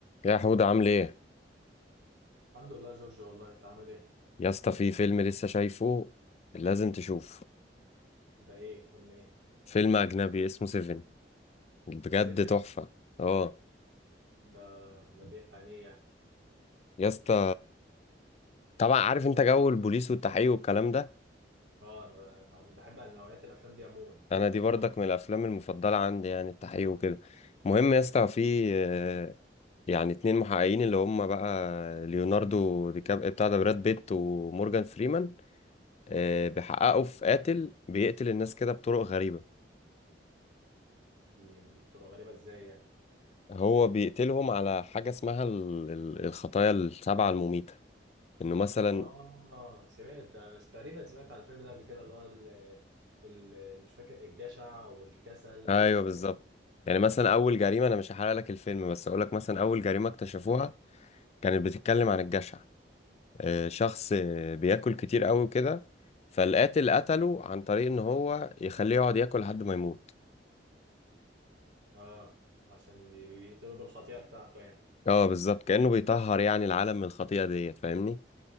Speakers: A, on the left (about 35°); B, on the right (about 80°).
A: يا حود عامل ايه
B: الحمد لله يا جورج والله انت عامل ايه
A: يا اسطى في فيلم لسه شايفه لازم تشوف
B: ده ايه فيلم ايه
A: فيلم اجنبي اسمه سيفن بجد
B: 7
A: تحفة اه
B: ده ده بيحكي عن ايه يعني
A: يا اسطى طبعا عارف انت جو البوليس والتحقيق والكلام ده
B: اه انا بحب نوعية الافلام دي عموما اللي
A: انا
B: هي
A: دي
B: الجرايم
A: برضك من
B: بقى
A: الافلام
B: والكلام
A: المفضلة
B: ده
A: عندي يعني التحقيق وكده المهم يا اسطى في آه، يعني اتنين محققين اللي هم بقى ليوناردو دي كاب بتاع ده براد بيت ومورجان فريمان آه، بيحققوا في قاتل بيقتل الناس كده بطرق غريبة
B: دي دي بتبقى غريبة ازاي يعني
A: هو بيقتلهم على حاجة اسمها ال- ال- الخطايا السبعة المميتة انه مثلا
B: اه سمعت انا تقريبا سمعت عن الفيلم ده قبل كده اللي هو ال- ال- مش فاكر الجشع والكسل
A: ايوه
B: والحاجات
A: بالظبط
B: دي
A: يعني مثلا اول جريمة انا مش هحرق لك الفيلم بس اقول لك مثلا اول جريمة اكتشفوها كانت بتتكلم عن الجشع آه، شخص آه، بياكل كتير قوي وكده فالقاتل قتله عن طريق ان هو يخليه يقعد ياكل لحد ما يموت
B: اه عشان بي- بيقتلوا بالخطيئة بتاعته يعني
A: اه بالظبط كأنه بيطهر يعني العالم من الخطيئة ديت فاهمني